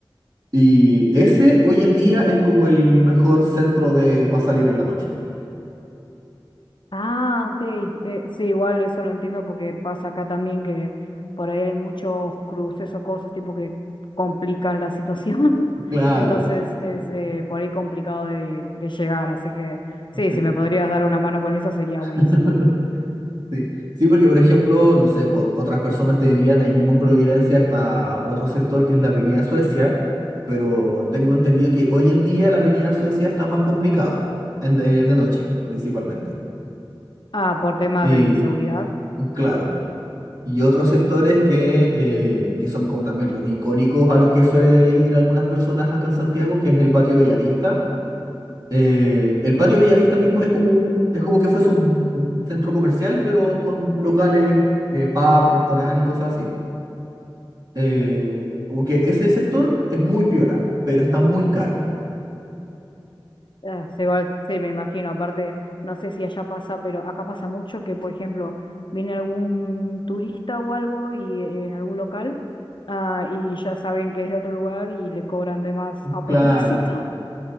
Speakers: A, on the right; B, on the left.
A: Y ese hoy en día es como el mejor centro de para salir en la noche.
B: Ah, ok, eh, sí, igual eso lo entiendo porque pasa acá también que por ahí hay muchos cruces o cosas, tipo, que complican la situación,
A: Claro.
B: <laughs> entonces es eh, por ahí complicado de, de llegar, así que sí,
A: <laughs>
B: si me podrías dar una mano con eso sería buenísimo.
A: sí. Sí. Sí, porque por ejemplo, no sé, po- otras personas te dirían ahí mismo en Providencia hasta otro sector que es la Avenida Suecia, pero tengo entendido que hoy en día la Avenida Suecia está más complicada, en de, de noche principalmente.
B: Ah, por temas
A: Y
B: de inseguridad.
A: claro, y otros sectores que, eh, que son como también los icónicos a los que suele ir algunas personas acá en Santiago, que es el Patio Bellavista eh, el patio Bellavista mismo es como un, es como que fuese un, un centro comercial, pero con locales, eh, pub, restaurante y cosas así. Eh, como que ese sector es muy piola, pero está muy caro.
B: Ah, se va, sí, me imagino. Aparte, no sé si allá pasa, pero acá pasa mucho que, por ejemplo, viene algún turista o algo y en algún local, ah, y ya saben que es de otro lugar y le cobran de más a
A: Claro.
B: propósito. <laughs>